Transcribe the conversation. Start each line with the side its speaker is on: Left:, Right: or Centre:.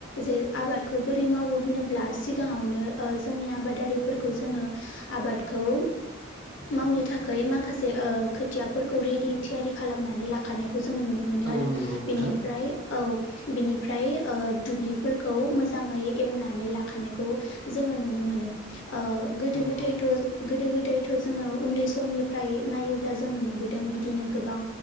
Left: जे आबादखौ बोरै मावो होनोब्ला दा सिगांङावनो ओ जोंनि आबादारिफोरखौ जोंङो आबादखौ मावनो थाखाय माखासे ओ खोथियाफोरखौ रिडि थियारि खालामनानै ला खानायखौ जों नुनो मोनो
Right: औ
Left: आरो
Right: औ नंगौ नोंथां
Left: बेनिफ्राय औ बिनिफ्राय ओ दुब्लिफोरखौ मोजांङै एवनानै लाखानायखौ जोंङो नुनो मोनो। ओ गोदो
Right: औ
Left: गोथायथ'
Right: औ
Left: गोदो गोदायथ' जोंङो उन्दै स समनिफ्राय नायोब्ला जोंङो नुबोदों बिदिनो गोबां